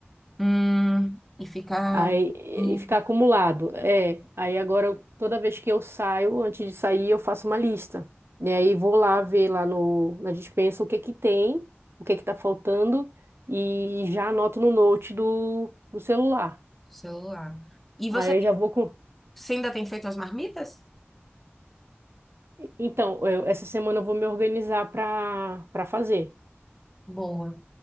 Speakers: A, in the centre; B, on the right.
A: Hum, e fica...
B: Aí,
A: Hum,
B: e ficar acumulado. É, aí agora eu- toda vez que eu saio, antes de sair, eu faço uma lista. E aí vou lá ver lá no, na despensa o que que tem, o que que tá faltando e já anoto no note do, do celular.
A: celular. E
B: Aí
A: você
B: eu já vou com...
A: Você ainda tem feito as marmitas?
B: Então, eu- essa semana eu vou me organizar para para fazer.
A: Boa,